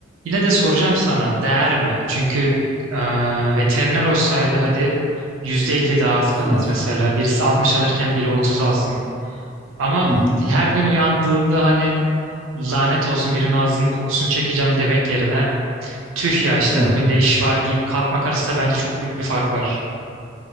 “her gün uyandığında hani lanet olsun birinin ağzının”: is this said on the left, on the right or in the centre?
Right